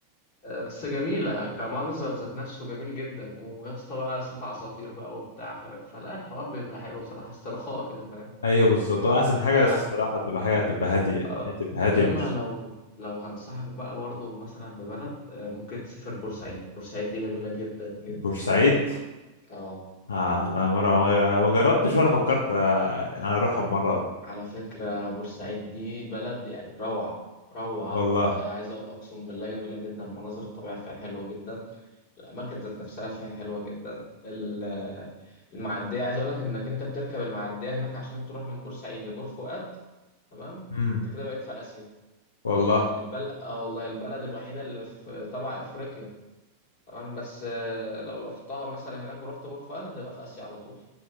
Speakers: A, on the left (about 45°); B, on the left (about 70°).
A: آه، بس جميلة كمنظر ذات نفسه جميل جدا ويا اسطى بقى صوت عصافير بقى وبتاع فاهم فلا الحوار بيبقى حلو بصراحة استرخاء كده فاهم
B: أيوه بالظبط هو أحسن حاجة
A: آه
B: الصراحة تبقى حاجة تبقى هادية
A: آه
B: دي تبقى هادية
A: لما
B: مش
A: لو لو هنصحك بقى برضه مثلا ببلد آه ممكن تسافر بورسعيد بورسعيد دي جميلة جدا جدا
B: بورسعيد
A: جدا يعني اه
B: آه أنا مرة ما ما جربتش ولا فكرت آه، أنا أروحها بمرة
A: على فكرة بورسعيد دي بلد يعني روعة روعة
B: والله
A: آه، عايز أقول أقسم بالله جميلة جدا المناظر الطبيعية فيها حلوة جدا الأماكن ذات نفسها فيها حلوة جدا ال- آه، المعدية عايز أقول لك إنك أنت بتركب المعدية هناك عشان تروح من بورسعيد لبور فؤاد تمام
B: مم.
A: أنت كده بقيت في آسيا
B: والله
A: يعني البلد آه والله البلد الوحيدة اللي في تبع أفريقيا تمام بس آه، لو رحتها مثلا هناك ورحت بور فؤاد هتبقى في آسيا على طول